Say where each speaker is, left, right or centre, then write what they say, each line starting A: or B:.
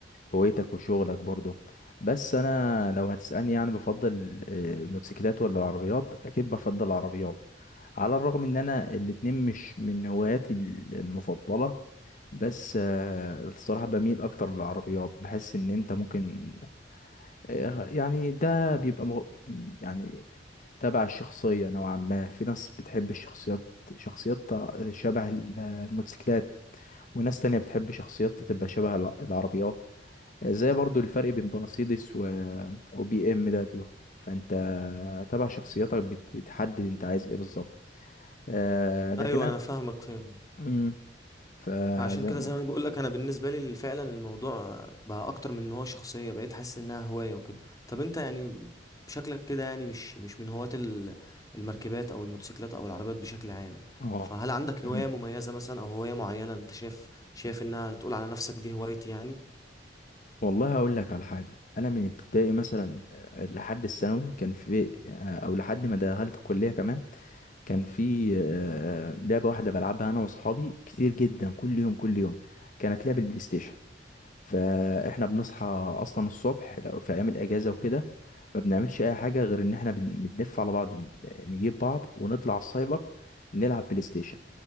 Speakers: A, on the left (about 45°); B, on the left (about 20°).
A: هوايتك وشغلك برضو بس انا لو هتسالني يعني بفضل آه، الموتوسيكلات ولا العربيات اكيد بفضل العربيات على الرغم ان انا الاتنين مش من هواياتي ال- المفضله بس آه، الصراحة بميل أكتر للعربيات بحس إن أنت ممكن آه، يعني ده بيبقى مغ... يعني تبع الشخصية نوعا ما في ناس بتحب الشخصيات شخصيات شبه ال- الموتوسيكلات وناس تانية بتحب شخصيات تبقى شبه الع- العربيات زي برضو الفرق بين مرسيدس و... وبي ام دبليو فانت تبع شخصيتك بت... بتحدد انت عايز ايه بالظبط آه لكن
B: ايوه
A: انا
B: انا فاهمك فاهم
A: مم. فزي
B: فعشان كده
A: ما
B: زي ما بقول لك انا بالنسبة لي فعلا الموضوع بقى اكتر من ان هو شخصية بقيت حاسس انها هواية وكده طب انت يعني شكلك كده يعني مش مش من هواة ال- المركبات او الموتوسيكلات او العربيات بشكل عام
A: اه
B: فهل عندك هواية
A: مم.
B: مميزة مثلا او هواية معينة انت شايف شايف انها تقول على نفسك دي هوايتي يعني
A: والله هقول لك على حاجة أنا من ابتدائي مثلا آه، لحد الثانوي كان في آه، أو لحد ما دخلت الكلية كمان كان في آه، لعبة واحدة بلعبها أنا وأصحابي كتير جدا كل يوم كل يوم كانت لعبة البلاي ستيشن فاحنا بنصحى اصلا الصبح لو في ايام الاجازه وكده ما بنعملش اي حاجه غير ان احنا بن- بنلف على بعض ن- نجيب بعض ونطلع السايبر نلعب بلاي ستيشن